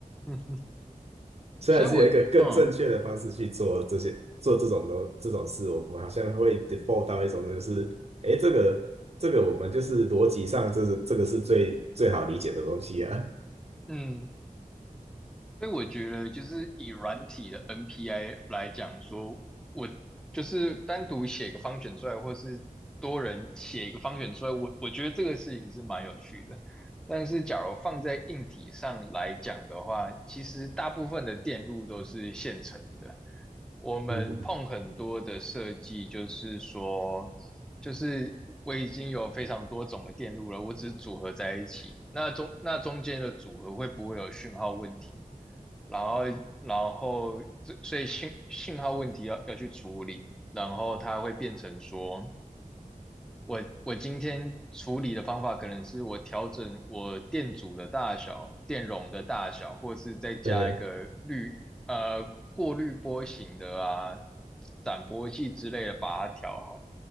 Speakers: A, in the centre; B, on the right (about 45°).
A: <laughs>
B: 虽然是有一个更正确的方式去做这些做这种东这种事，
A: 所以我嗯
B: 我们好像会 default 到一种就是，哎，这个这个我们就是逻辑上这是这个是最最好理解的东西啊。
A: 嗯，所以我觉得，就是以软体的 NPI 来讲说，我就是单独写个方选出来，或是多人写一个方选出来，我我觉得这个事情是蛮有趣的。但是，假如放在硬体上来讲的话，其实大部分的电路都是现成的。我们碰很多的设计，
B: 嗯，
A: 就是说，就是我已经有非常多种的电路了，我只是组合在一起。那中那中间的组合会不会有讯号问题？然后然后所所以信信号问题要要去处理，然后它会变成说，我我今天处理的方法可能是我调整我电阻的大小、电容的大小，或是再加一个滤呃过滤波形的啊、
B: 对，
A: 斩波器之类的把它调好，